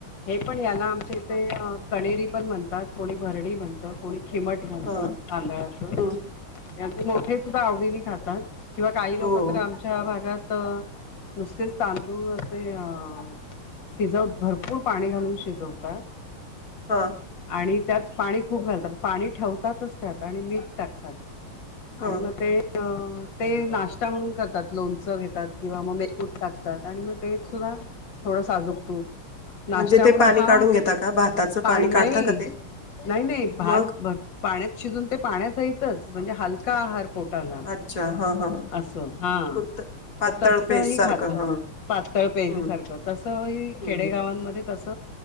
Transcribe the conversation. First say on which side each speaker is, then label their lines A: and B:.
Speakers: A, on the left; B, on the left.
A: हे पण याला आमचे ते कणेरी पण म्हणतात, कोणी भरडी म्हणतं कोणी खिमट म्हणतं
B: हा
A: तांदळाचं.
B: हम्म
A: हे आमचे मोठे सुद्धा आवडीने खातात, किंवा काही लोक
B: हो
A: तर आमची भातात नुसतेच तांदूळ असे असे अ शिजव भरपूर पाणी घालून शिजवतात.
B: हा.
A: आणि त्यात पाणी खूप घालतात, पाणी ठेवतातच त्यात आणि मीठ टाकतात.
B: हा
A: आणि मग ते अ ते नाश्ता म्हणून करतात, लोणचं घेतात किंवा मग मेथकूट टाकतात आणि मग ते सुद्धा थोडं साजुक तुप नाश्ता
B: म्हणजे ते
A: म्हणून,
B: पाणी
A: हा
B: काढून घेता का भाताचं
A: पान
B: पाणी काढता
A: नाही
B: का ते
A: नाही नाही भात
B: मग
A: भर पाण्यात शिजून ते पाण्या सहितच म्हणजे हलका आहार पोटाला.
B: अच्छा! हा हा.
A: असं हा.
B: पुत पातळ
A: तर तसही
B: पेस्ट सारखं
A: खातात
B: हा
A: पातळ पेजं
B: हम्म
A: सारखं तसही
B: हम्म
A: खेडेगावांमध्ये तस़